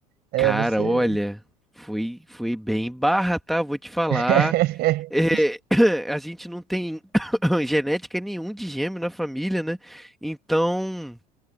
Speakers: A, on the right (about 55°); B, in the centre.
A: É,
B: Cara,
A: você.
B: olha, foi, foi bem barra, tá? Vou te falar.
A: <laughs>
B: É, <coughs> <clears throat> a gente não tem <coughs> <clears throat> genética nenhum de gêmeo na família, né? Então.